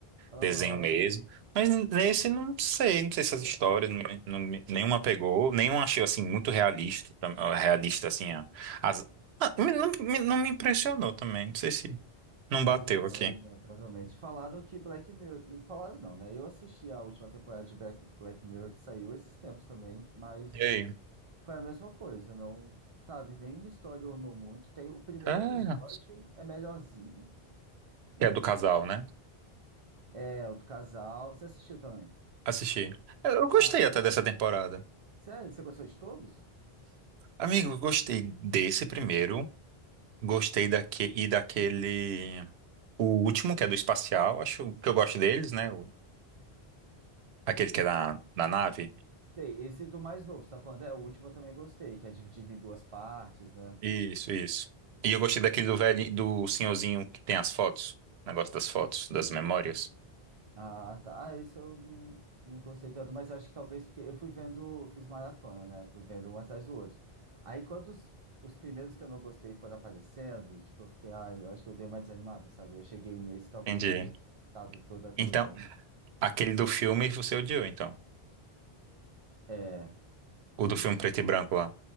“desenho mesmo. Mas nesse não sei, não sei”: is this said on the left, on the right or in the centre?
Right